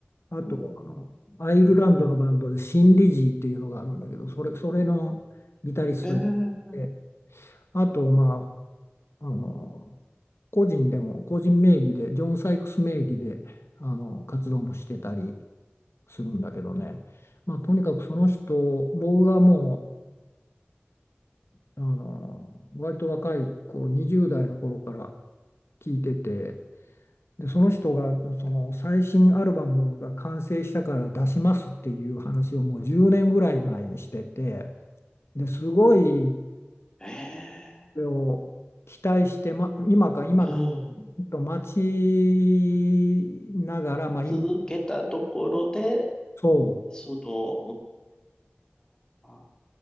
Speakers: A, on the left; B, on the left.
A: あとあのアイルランドのバンドでシン・
B: うん、うん
A: リジーっていうのがあるんだけどそれ、それのギタリスト
B: え
A: であとまあ、あの個人でも個人名義でジョン・サイクス名義であの活動もしてたりするんだけどね。まあ、とにかくその人、僕がもあの割と若い頃20代の頃から聞いててでその人がその最新アルバムが完成したから出しますっていう話をもう10年ぐらい前にしててですごい
B: えええ
A: それを期待して、ま、今か今か
B: うん、
A: と待ちながら、まあ、
B: 続けたところで、
A: 今そ
B: その、うーん、あ